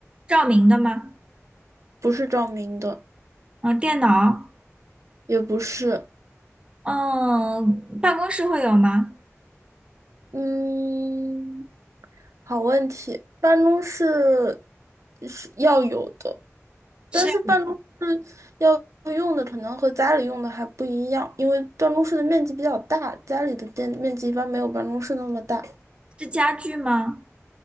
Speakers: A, on the right; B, on the right.
A: 照明的吗？
B: 不是照明的，
A: 呃，电脑？
B: 也不是。
A: 嗯、办公室会有吗？
B: 嗯，好问题，办公室是要有的，但是办公室要用的可能和家里用的还不一样，
A: 是
B: 因为办公室的面积比较大，家里的电面积一般没有办公室那么大。
A: 是家具吗？